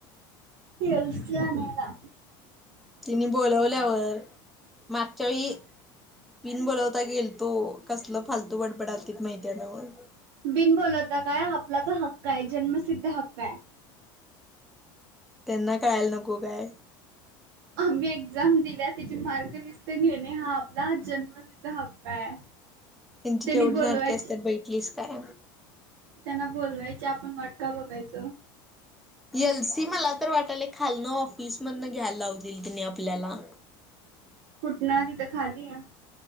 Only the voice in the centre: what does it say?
तिने बोलवल्यावर. मागच्या वेळी पिन बोलावता गेल तो कसल फालतू बडबडालतित माहिती न्हवं.
त्यांना कळायला नको काय.
त्यांची
केवढी
नाटके असतात बघितलीस काय
एल सी मला तर वाटायल खालन ऑफिस मधन घ्यायला लावतील त्यानी आपल्याला